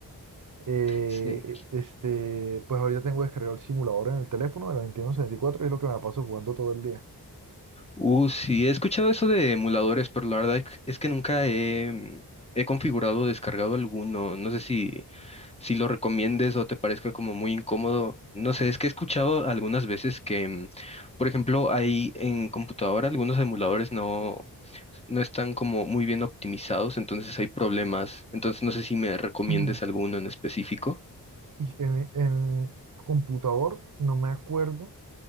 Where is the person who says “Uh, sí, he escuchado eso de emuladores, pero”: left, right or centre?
Left